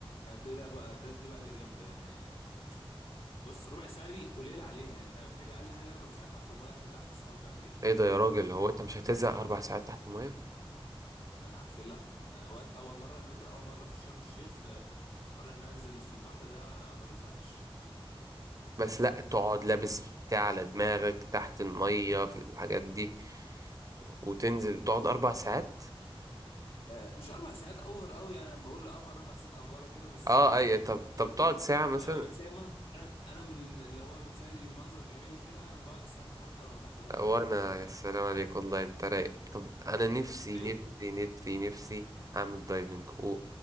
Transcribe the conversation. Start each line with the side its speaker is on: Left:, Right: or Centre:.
Left: ال- ده ده بقى ده دي بقى اللي جامدة يعني بص ربع ساعة دي قليلة عليها يعني انت محتاج اقل حاجة اربع ساعات تحت المايه عشان تعرف تستمتع بيها
Right: ايه ده يا
Left: من
Right: راجل
Left: حلاوتها
Right: هو انت مش هتزهق أربع ساعات تحت المية
Left: انا حرفيا لا انا وقت اول مرة انا فاكر اول مرة رحت شرم الشيخ آه، قرر ان أنا انزل في البحر ده ما بزهقش
Right: بس لأ تقعد لابس بتاع على دماغك تحت المية في الحاجات دي وتنزل تقعد أربع ساعات
Left: آه، مش اربع ساعات اوفر قوي يعني انا بقول اوفر اربع ساعات افوره كده بس
Right: اه
Left: عارف
Right: اي طب طب
Left: ال...
Right: تقعد ساعة مثلا
Left: لما بتلاقي منظر انا انا من اللي هو بتلاقي منظر جمالي كده انا بقعد استمتع حتى لو تحت ضغط
Right: وانا
Left: فاهم
Right: يا سلام عليك والله انت رايق طب انا نفسي
Left: <laughs> ايوه
Right: نفسي نفسي نفسي اعمل دايفنج و...